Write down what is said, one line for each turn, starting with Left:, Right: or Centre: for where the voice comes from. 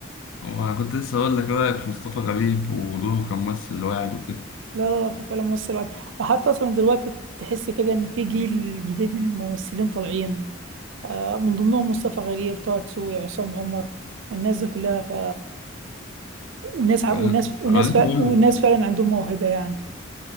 Left: وأنا كنت لسه أقول لك إيه رأيك في مصطفى غريب ودوره كممثل واعد وكده
Right: لا لا لا فعلا ممثل عاد وحتى اصلا دلوقتي تحس كده ان في جيل جديد من الممثلين طالعين آه من ضمنهم مصطفى غريب طه دسوقي عصام عمر والناس دي كلها ف وناس ع-
Left: أنا
Right: وناس وناس
Left: أنا لسه
Right: ف...
Left: بقول
Right: وناس
Left: لك
Right: فعلا عندهم موهبة يعني